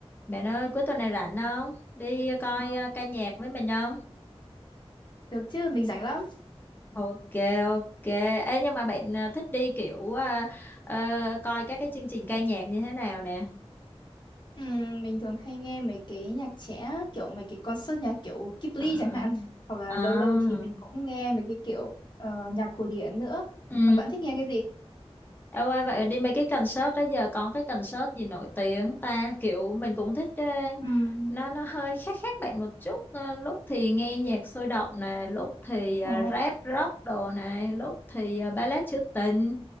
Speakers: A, on the left; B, on the left.
A: Bạn ơi, cuối tuần này rảnh không? Đi coi
B: Ờ,
A: ờ, ca nhạc với mình không?
B: Được chứ, mình rảnh lắm.
A: Ok, ok. Ê, nhưng mà bạn ờ, thích đi kiểu ờ, ờ, coi các cái chương trình ca nhạc như thế nào nè?
B: Ừm, mình thường hay nghe mấy cái nhạc trẻ, kiểu mấy cái concert nhạc kiểu Ghibli
A: À,
B: chẳng hạn. Hoặc là
A: à,
B: lâu lâu thì mình cũng nghe mấy cái kiểu ờ, nhạc cổ điển nữa.
A: ừ.
B: Mà bạn thích nghe cái gì?
A: Em ơi vậy đi mấy cái concert đó giờ có cái concert gì nổi tiếng ta kiểu mình cũng thích ờ,
B: Ừm.
A: nó nó hơi khác khác bạn một chút Ờ, lúc thì nghe nhạc sôi động nè lúc thì ờ,
B: Ờ,
A: rap rock đồ này lúc thì ờ, ballad trữ tình